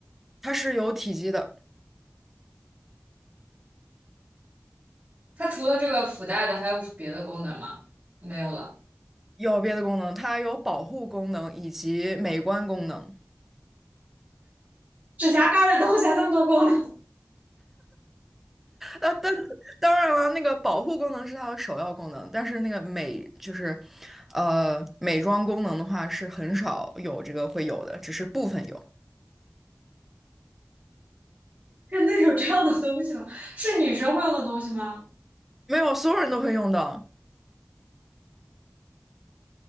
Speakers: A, in the centre; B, on the right.
A: 它是有体积的。
B: 它除了这个附带的，还有别的功能吗？没有了。
A: 有别的功能，它有保护功能以及美观功能。
B: 指甲盖儿的东西还那么多功能，
A: 啊，当当然了，那个保护功能是它的首要功能，但是那个美就是，呃，美妆功能的话是很少有这个会有的，只是部分有，
B: <laughs> 真的有这样的东西吗？是女生会用的东西吗？
A: 没有所有人都会用到，